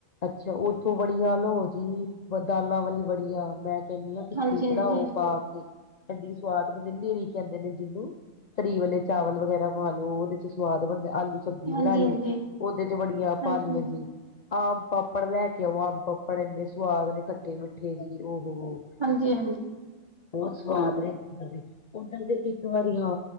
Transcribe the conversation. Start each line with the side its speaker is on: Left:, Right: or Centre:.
Left: ਅੱਛਾ ਉੱਥੋਂ ਬੜੀਆਂ ਲੋ ਜੀ ਦਾਲਾਂ ਵਾਲੀ ਬੜੀਆਂ ਮੈਂ ਕਹਿੰਦੀ ਹਾਂ ਖਿਚੜੀ
Right: ਹਾਂਜੀ
Left: ਬਣਾਓ
Right: ਹਾਂਜੀ
Left: ਪਾ ਕੇ ਏਡੀ ਸਵਾਦ ਬਣਦੀ ਕਹਿੰਦੇ ਨੇ ਜਿਹਨੂੰ ਤਰੀ ਵਾਲੇ ਚਾਵਲ ਵਗੈਰਾ ਪਾ ਲੋ ਉਹਦੇ ਚ ਸਵਾਦ ਬੰਦੇ ਆਲੂ ਸਬਜ਼ੀ ਬਣਾਈ
Right: ਹਾਂਜੀ ਹਾਂਜੀ
Left: ਉਹਦੇ ਚ ਬੜੀਆਂ
Right: ਹਾਂਜੀ
Left: ਪਾਲੀਆਂ ਜੀ ਆਮ ਪਾਪੜ ਲੈ ਕੇ ਆਓ ਆਮ ਪਾੱਪੜ ਇੰਨੇ ਸਵਾਦ ਨੇ ਖੱਟੇ ਮਿੱਠੇ ਜੀ ਉਹ ਉਹ
Right: ਹਾਂਜੀ ਹਾਂਜੀ
Left: ਬਹੁਤ ਸਵਾਦ ਨੇ ਬਣਦੇ ਉੱਧਰ ਦੇ ਇੱਕ ਵਾਰੀ ਹਾਂ